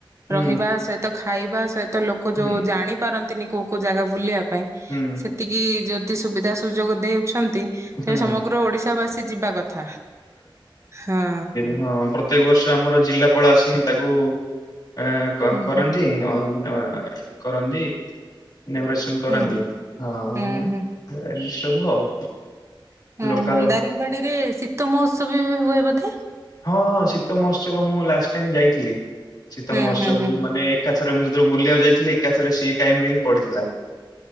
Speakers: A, on the left (about 50°); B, on the right (about 35°).
A: ହୁଁ
B: ରହିବା ସେ ତ ଖାଇବା ସହିତ ଲୋକ
A: ହୁଁ
B: ଯୋଉ ଜାଣିପାରନ୍ତିନି କୋଉ କୋଉ ଜାଗା ବୁଲିବା ପାଇଁ।
A: ହୁଁ ହୁଁ
B: ସେତିକି ଯଦି ସୁବିଧା ସୁଯୋଗ ଦେଉଛନ୍ତି।
A: ହୁଁ
B: ତେବେ ସମଗ୍ର ଓଡିଶା ବାସୀ ଯିବା କଥା ହଁ।
A: ହଁପ୍ର ପ୍ରତ୍ୟେକ ବର୍ଷ ଆମର ଜିଲ୍ଲାପାଳ ଆସି ତାକୁ ଆ କ
B: ହୁଁ ହୁଁ
A: କରନ୍ତି ଅଂ ଅଂ। କରନ୍ତି ଇନାଗୋରେସନ୍ କରନ୍ତି
B: ହୁଁ
A: ହଁ
B: ହୁଁ ହୁଁ।
A: ଏ ଇସବୁ ଆଉ।
B: ହଁ
A: ଲୋକାଲ
B: ହଁ ଦାରିଙ୍ଗିବାଡି ରେ ଶୀତ ମହୋତ୍ସବ ବି ହୁଏ ବୋଧେ?
A: ହଁ ଶୀତ ମହୋତ୍ସବ ମୁଁ ଲାଷ୍ଟେ ଟାଇମ୍ ଯାଇଥିଲି ଶୀତ
B: ହୁଁ
A: ମହୋତ୍ସବବୁ
B: ହୁଁ ହୁଁ।
A: ମାନେ ଏକାଥରେ ମୁଁ ଯେତେବେଳେ ବୁଲିବାକୁ ଯାଇଥିଲି ଏକାଥରେ ସେଇ ଟାଇମ୍ ରେ ହିଁ ପଡିଥିଲା।